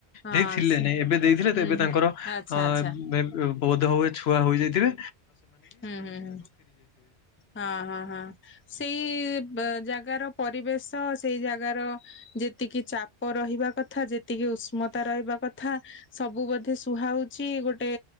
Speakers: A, on the left (about 15°); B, on the left (about 65°).
A: ହଁ
B: ଦେଇଥିଲେ
A: ସେ
B: ନାଇଁ ଏବେ ଦେଇଥିଲେ।
A: ହୁଁ
B: ତ ଏବେ ତାଙ୍କର
A: ହୁଁ ଆଚ୍ଛା
B: ଅ
A: ଆଚ୍ଛା
B: ବହୁ ହୁଏ ଛୁଆ ହୋଇ ଯାଇଥିବେ।
A: ହୁଁ ହୁଁ ହୁଁ ହଁ ହଁ ହଁ ସେଇ ଜାଗାର ପରିବେଶ ସେଇ ଜାଗାର ଯେତିକି ଚାପ ରହିବା କଥା ଯେତିକି ଉଷ୍ମତା ରହିବା କଥା ସବୁ ବୋଧେ ସୁହା ହଉଛି ଗୋଟେ